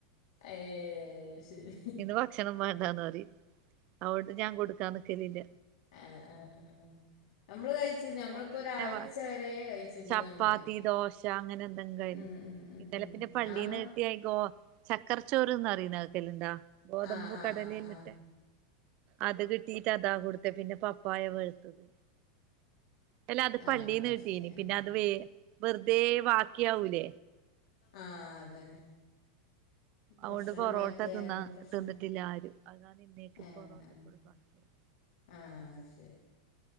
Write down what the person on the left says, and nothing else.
അയേ ശരി
ആഹ് ആഹ് ആഹ് ആഹ് നമ്മള് കഴിച്ചു നമ്മളിപ്പോ
ഒരാഴ്ച
വര കഴിച്ചിരുന്നു
നമ്മള്
ഉം ഉം
ഉം
ആമ്മ
ആഹ് ആഹ്
ആഹ് ആഹ്
ആഹ്
ശരി ആഹ്
ആഹ് അതന്നെ
ഭക്ഷണം
ബാക്കിയായതും
പ്രശ്നാണ്
ഏഹ്
ആഹ്
ആഹ് അത് ശരി